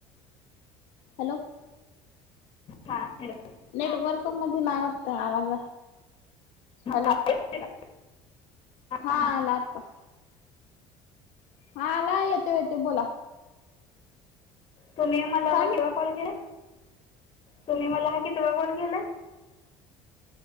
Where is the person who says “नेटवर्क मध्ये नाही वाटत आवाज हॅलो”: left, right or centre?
Left